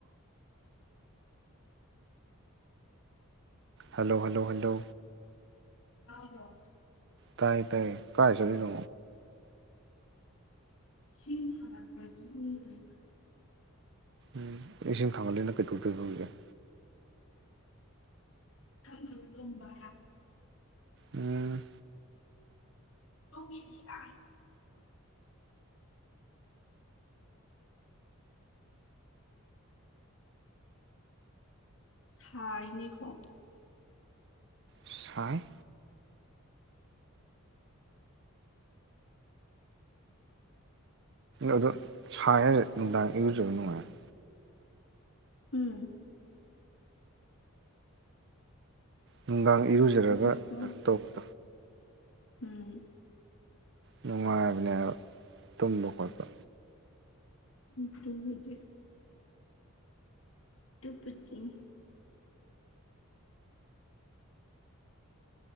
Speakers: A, on the right; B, on the left.
A: ꯍꯜꯂꯣ ꯍꯜꯂꯣ ꯍꯜꯂꯣ
B: UNINTELLIGIBLE
A: ꯇꯥꯏ ꯇꯥꯏꯌꯦ ꯀꯥꯏ ꯆꯠꯂꯤꯅꫭ
B: UNINTELLIGIBLE
A: ꯎꯝ ꯏꯁꯤꯡ ꯊꯥꯡꯒꯠꯂꯤꯅ ꯀꯩꯗꯧꯗꯣꯏꯕ ꯍꯧꯖꯤꯛ
B: ꯊꯥꯛꯅꯕ ꯂꯝꯕ
A: ꯎꯝ
B: UNINTELLIGIBLE ꯁꯥꯏꯅꯦꯀꯣ
A: ꯁꯥꯏ ꯑꯗꯨ ꯁꯥꯏ ꯍꯥꯢꯔ ꯅꯨꯡꯗꯥꯡ ꯢꯔꯨꯖꯕ ꯅꯨꯡꯉꯥꯏꯕꯅꯦ
B: ꯎꯝ
A: ꯅꯨꯡꯗꯥꯡ ꯏꯔꯨꯖꯔꯒ
B: ꯀꯔꯤ ꯍꯥꯏꯕ
A: ꯀꯩꯅꯣ ꯇꯧꯕꯅꯤ
B: ꯎꯝ
A: ꯅꯨꯡꯉꯥꯏꯕꯅꯦ ꯍꯥꯢꯕ ꯇꯨꯝꯕ ꯈꯣꯠꯄ
B: ꯅꯠꯇ꯭ꯔꯒꯗꯤ ꯇꯨꯄꯆꯤ <inaudible>